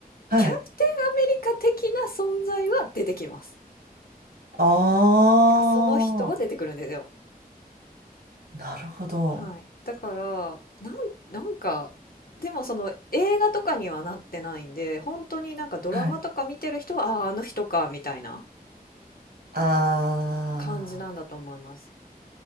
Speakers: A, on the right; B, on the left.
A: はい、
B: キャプテンアメリカ的な存在は出てきます。
A: ああ、
B: なんかその人は出てくるんですよ。
A: なるほど。
B: はい。だから、なん、なんか、でもその映画とかにはなってないんで、本当になんかドラマとか見てる人は、
A: はい
B: ああー、あの人か、みたいな
A: ああ。
B: 感じなんだと思います。